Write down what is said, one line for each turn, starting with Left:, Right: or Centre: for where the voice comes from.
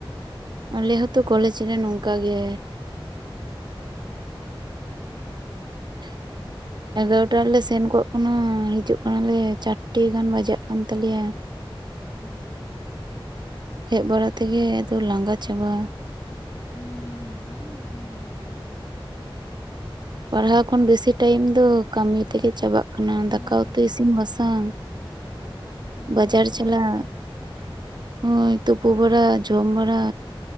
Right: ᱟᱞᱮ ᱦᱚᱛᱚ ᱠᱚᱞᱮᱡᱽ ᱨᱮ ᱱᱚᱝᱠᱟ ᱜᱮ <inaudible> ᱮᱜᱟᱨᱚᱴᱟ ᱨᱮᱞᱮ ᱥᱮᱱ ᱠᱚᱜ ᱠᱟᱱᱟ ᱦᱤᱡᱩᱜ ᱠᱟᱱᱟᱞᱮ ᱪᱟᱨᱴᱮ ᱜᱟᱱ ᱵᱟᱡᱟᱜ ᱠᱟᱱ ᱛᱟᱞᱮᱭᱟ᱾
Left: ᱦᱩᱸ
Right: ᱦᱮᱡ ᱵᱟᱲᱟ ᱛᱮᱜᱮ ᱟᱫᱚ ᱞᱟᱸᱜᱟ ᱪᱟᱵᱟ᱾
Left: ᱦᱩᱸ ᱞᱟᱸᱜᱟ <unintelligible>
Right: ᱯᱟᱲᱦᱟᱣ ᱠᱷᱚᱱ ᱵᱮᱥᱤ ᱴᱟᱭᱤᱢ ᱫᱚ ᱠᱟᱹᱢᱤ ᱛᱮᱜᱮ ᱪᱟᱵᱟᱜ ᱠᱟᱱᱟ
Left: ᱦᱮᱸ
Right: ᱫᱟᱠᱟ ᱩᱛᱩ ᱤᱥᱤᱱ ᱵᱟᱥᱟᱝ
Left: ᱟᱨ
Right: ᱵᱟᱡᱟᱨ
Left: ᱠᱚᱞᱮᱡᱽ ᱪᱟᱞᱟᱣ
Right: ᱪᱟᱞᱟᱜ
Left: ᱦᱤᱡᱩᱜ
Right: ᱦᱳᱭ
Left: ᱦᱩᱸ
Right: ᱛᱩᱯᱩ ᱵᱟᱲᱟ ᱡᱚᱢ ᱵᱟᱲᱟ